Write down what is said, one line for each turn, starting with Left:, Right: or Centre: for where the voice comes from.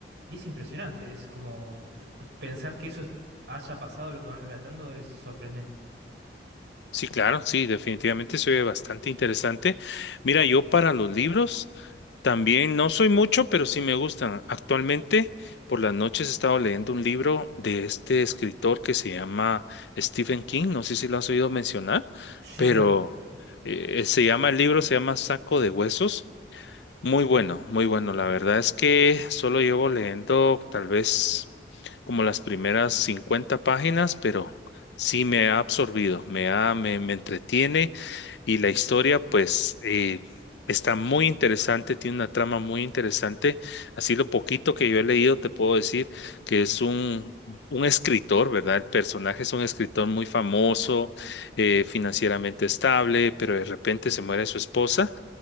Right: Y es impresionante, es como p- p- pensar que eso es- haya pasado, lo que van relatando, es sorprendente.
Left: Sí, claro, sí, definitivamente se oye bastante interesante. Mira, yo para los libros también no soy mucho, pero sí me gustan. Actualmente, por las noches he estado leyendo un libro de este escritor que se llama Stephen King. No sé si lo has oído mencionar,
Right: Sí,
Left: pero
Right: claro.
Left: eh, se llama, el libro se llama Saco de Huesos. Muy bueno, muy bueno. La verdad es que solo llevo leyendo tal vez como las primeras 50 páginas, pero sí me ha absorbido, me ha, me, me entretiene y la historia pues eh, está muy interesante, tiene una trama muy interesante. Así lo poquito que yo he leído te puedo decir que es un, un escritor, ¿verdad? El personaje es un escritor muy famoso, eh, financieramente estable, pero de repente se muere su esposa